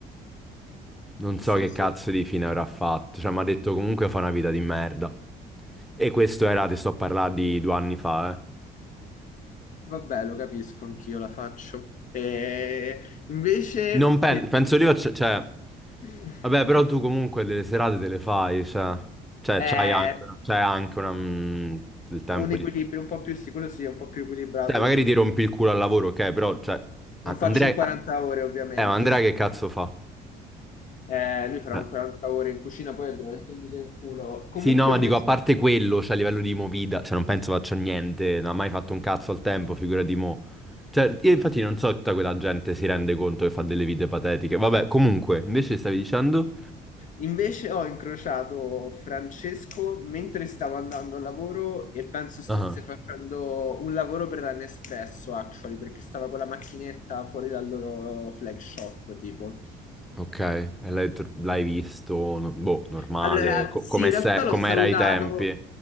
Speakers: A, in the centre; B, on the left.
A: Non
B: Che
A: so
B: senso?
A: che cazzo di fine avrà fatto, cioè mi ha detto comunque fa una vita di merda. E questo era, ti sto a parlare di due anni fa, eh.
B: Vabbè, lo capisco, anch'io la faccio. E invece
A: Non pen-
B: per...
A: penso io, c- cioè,
B: <laughs>
A: vabbè, però tu comunque delle serate te le fai, cioè, cioè
B: è
A: c'hai anche, una- c'hai anche una, mm, del tempo
B: un equilibrio
A: lì.
B: un po' più sicuro, sì, quello sì, è un po' più equilibrato
A: Cioè, magari
B: rispetto...
A: ti rompi il culo al lavoro, ok, però, cioè,
B: Non
A: A-
B: faccio
A: Andrea,
B: un 40 ore, ovviamente.
A: eh, ma Andrea
B: sì.
A: che cazzo fa?
B: Eh, lui farà
A: Cioè,
B: un 40 ore in cucina, poi è veramente un dito in culo. Comunque
A: Sì, no, ma
B: invece
A: dico, a parte quello, cioè a livello di movida, cioè non penso faccia niente, non ha mai fatto un cazzo al tempo, figura di mo. Cioè, io infatti non so se tutta quella gente si rende conto che fa delle vite patetiche. Vabbè, comunque, invece stavi dicendo...
B: Invece ho incrociato Francesco mentre stavo andando al lavoro e penso stesse
A: Ah,
B: facendo un lavoro per la Nespresso, actually, perché stava con la macchinetta fuori dal loro flag shop, tipo.
A: ok, e l'hai tr- l'hai visto, no- boh, normale,
B: Allora,
A: co-
B: sì,
A: come
B: in
A: se-
B: realtà l'ho
A: come
B: salutato,
A: era ai tempi.